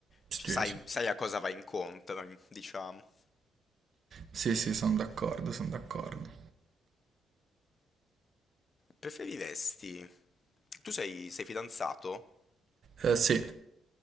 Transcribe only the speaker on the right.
Sì,
sì, sì, sono d'accordo, sono d'accordo.
Eh, sì,